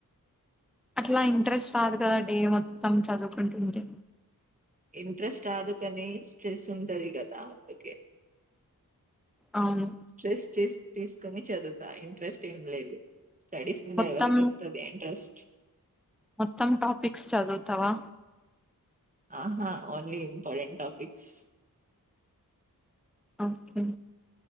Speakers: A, in the centre; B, on the right.
A: అట్లా ఇంట్రెస్ట్ రాదు కదా డే మొత్తం చదువుకుంటుంటే
B: ఇంట్రెస్ట్ రాదుకని స్ట్రెస్ ఉంటది కదా అందుకే
A: అవును
B: స్ట్రెస్ తీసుకుని చదువుతా ఇంట్రెస్ట్ ఏం లేదు స్టడీస్ మీద
A: మొత్తం
B: ఎవరికొస్తాది ఇంట్రెస్ట్
A: మొత్తం టాపిక్స్ చదువుతవా
B: ఆహా ఓన్లీ ఇంపార్టెంట్ టాపిక్స్
A: ఓకే